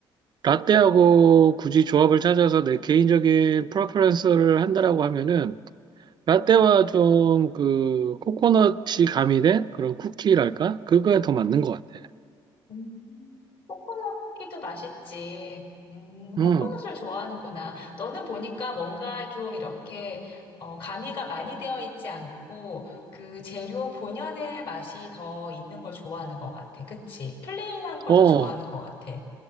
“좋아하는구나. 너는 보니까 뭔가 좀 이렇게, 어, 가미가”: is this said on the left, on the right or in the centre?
Left